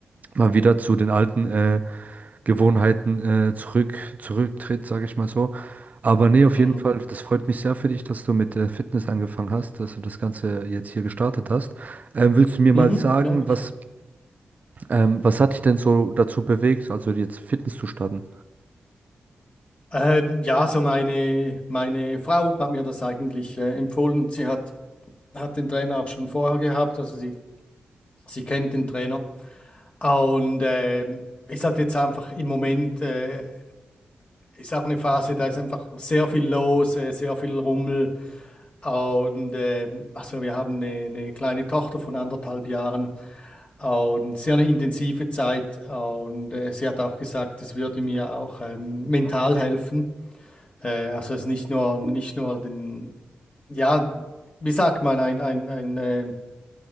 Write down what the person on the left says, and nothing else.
mhm,
mhm,
ja, mich
auch.
Ähm, ja, so meine, meine Frau hat mir das eigentlich äh, empfohlen. Sie hat, hat den Trainer auch schon vorher gehabt, also sie, sie kennt den Trainer. Und ähm, ist halt jetzt einfach im Moment äh, ist auch eine Phase, da ist einfach sehr viel los, äh, sehr viel Rummel. Und äh, also wir haben eine, eine kleine Tochter von anderthalb Jahren und sehr eine intensive Zeit. Und äh, sie hat auch gesagt, es würde mir auch ähm, mental helfen. Äh, also es ist nicht nur, nicht nur den, ja, wie sagt man, ein, ein, ein äh,